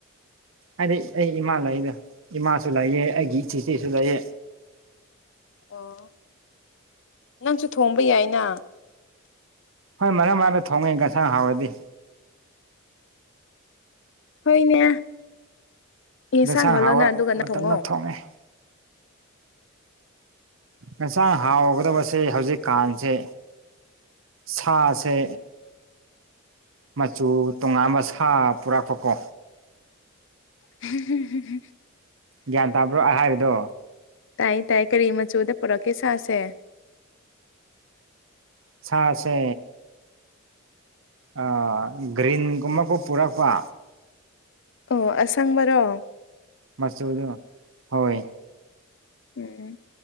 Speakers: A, on the right; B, on the left.
A: ꯍꯥꯏꯗꯤ ꯑꯩ ꯏꯃꯥ ꯂꯩꯗꯥ ꯏꯃꯥꯁꯨ ꯂꯩꯌꯦ ꯑꯩꯒꯤ ꯆꯦꯆꯦꯁꯨ ꯂꯩꯌꯦ
B: ꯑꯣ ꯅꯪꯁꯨ ꯊꯣꯡꯕ ꯌꯥꯏꯅ
A: ꯍꯣꯏ ꯃꯔꯛ ꯃꯔꯛꯗ ꯊꯣꯡꯉꯦ ꯒꯁꯥꯡ ꯍꯥꯎꯔꯗꯤ
B: ꯍꯣꯏꯅꯦ ꯑꯦꯁꯥꯡ
A: ꯌꯦꯟꯁꯥꯡ
B: ꯍꯥꯎꯍꯜꯂꯣꯅ
A: ꯍꯥꯎꯕ
B: ꯑꯗꯨꯒ ꯉꯥꯟꯅ
A: ꯃꯇꯝꯗ
B: ꯊꯣꯡꯉꯣ
A: ꯊꯣꯡꯉꯦ ꯏꯦꯟꯁꯥꯡ ꯍꯥꯎꯒꯗꯕꯁꯦ ꯍꯧꯖꯤꯛꯀꯥꯟꯁꯦ ꯁꯥꯁꯦ ꯃꯆꯨ ꯇꯣꯉꯥꯟꯕ ꯁꯥ ꯄꯨꯔꯛꯄ ꯀꯣ
B: <unintelligible>
A: ꯒ꯭ꯌꯥꯟ ꯇꯥꯕ꯭ꯔꯣ ꯑꯩ ꯍꯥꯏꯔꯤꯗꯣ
B: ꯇꯥꯏ ꯇꯥꯏ ꯀꯔꯤ ꯃꯆꯨꯗꯥ ꯄꯨꯔꯛꯀꯦ ꯁꯥꯥꯁꯦ
A: ꯁꯥꯁꯦ ꯑꯥ ꯒ꯭ꯔꯤꯟꯒꯨꯝꯕꯀꯣ ꯄꯨꯔꯛꯄ
B: ꯑꯣ ꯑꯁꯪꯕꯔꯣ
A: ꯃꯆꯨꯗꯣ ꯍꯣꯏ
B: ꯎꯝ